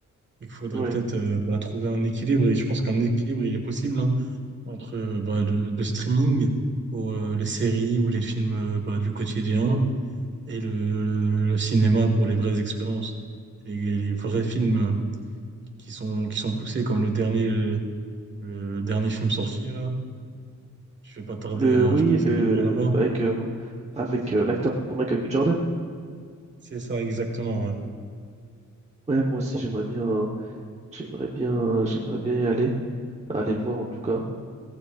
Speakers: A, on the right; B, on the right.
A: et qu'il faudrait
B: Ouais.
A: peut-être euh, bah, trouver un équilibre. Et je pense qu'un équilibre, il est possible hein, entre euh, bah, le, le streaming pour euh, les séries ou les films euh, bah, du quotidien
B: Hmm.
A: et le, le- le cinéma pour les vraies expériences. Les, les vrais films euh, qui sont, qui sont poussés, comme le dernier, le, le dernier film sorti, là. Je vais pas tarder
B: Le
A: à,
B: oui
A: je pense,
B: le
A: à aller voir là-bas.
B: avec euh, avec euh, l'acteur Michael B. Jordan.
A: C'est ça, exactement. ouais.
B: Ouais moi aussi j'aimerais bien j'aimerais bien j'aimerais bien y aller aller le voir en tout cas.